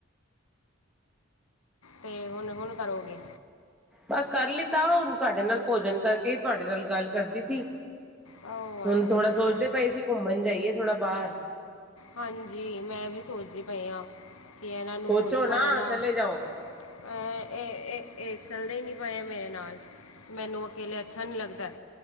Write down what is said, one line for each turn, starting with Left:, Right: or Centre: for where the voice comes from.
Left: ਤੇ ਹੁਣ ਹੁਣ ਕਰੋਗੇ।
Centre: ਬਸ ਕਰ ਲਿੱਤਾ ਹੁਣ ਤੁਹਾਡੇ ਨਾਲ ਭੋਜਨ ਕਰਕੇ ਤੁਹਾਡੇ ਨਾਲ ਗੱਲ ਕਰਦੀ ਸੀ।
Left: ਓ
Centre: ਹੁਣ
Left: ਅੱਛਾ
Centre: ਥੋੜਾ
Left: ਅੱਛਾ
Centre: ਸੋਚਦੇ ਪਾਈ ਅਸੀਂ ਘੁੰਮਣ ਜਾਈਏ ਥੋੜਾ ਬਾਹਰ।
Left: ਹਾਂਜੀ ਮੈਂ ਵੀ ਸੋਚਦੀ ਪਈ ਹਾਂ ਕਿ ਇਹਨਾਂ ਨੂੰ
Centre: ਸੋਚੋ
Left: ਬੋਲੂ
Centre: ਨਾ
Left: ਪਰ ਇਹਨਾਂ
Centre: ਚਲੇ
Left: ਅਹ,
Centre: ਜਾਓ
Left: ਇਹ, ਇਹ ਚੱਲਦੇ ਹੀ ਨਹੀਂ ਪਏ ਮੇਰੇ ਨਾਲ। ਮੈਨੂੰ ਅਕੇਲੇ ਅੱਛਾ ਨਹੀਂ ਲੱਗਦਾ।